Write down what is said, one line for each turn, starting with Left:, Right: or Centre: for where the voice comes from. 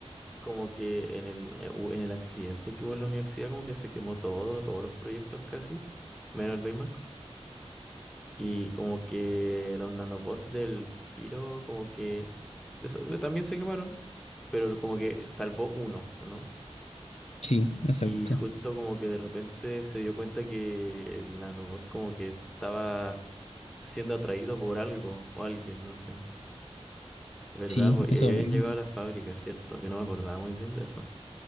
Centre: como que en el, eh, hu- en el accidente que hubo en la universidad como que se quemó todo, todos los proyectos casi, menos el Baymax. Y como que los nanobots del giro como que de eso- eh, también se quemaron, pero como que salvó uno, ¿o no?
Left: Sí, exacto.
Centre: Y justo como que de repente se dio cuenta que el nanobot como que estaba siendo atraído por algo o alguien, no sé. ¿Verdad?
Left: Sí,
Centre: po? Y
Left: eso
Centre: ahí habían
Left: mismo,
Centre: llegado a la fábrica, ¿cierto? Que no me acordaba muy bien de eso.